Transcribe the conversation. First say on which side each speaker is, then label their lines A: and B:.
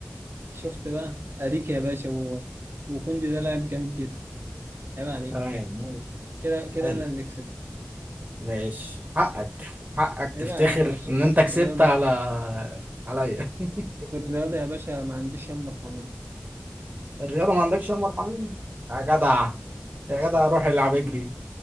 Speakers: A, on the right; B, on the right.
A: شفت بقى أريكي يا باشا وهو وكوندي ده لاعب جامد جدا عيب عليك
B: <laughs> تمام
A: كده كده
B: حلو
A: أنا اللي كسبت
B: ماشي حقك حقك
A: عيب
B: تفتخر
A: عليك يا باشا
B: ان
A: أنا
B: انت
A: في
B: كسبت
A: الرياضة
B: على عليا <laughs>
A: في الرياضة يا باشا ما عنديش هم مرحمين
B: الرياضة ما عندكش يا مرحمين يا جدع يا جدع روح العب اجري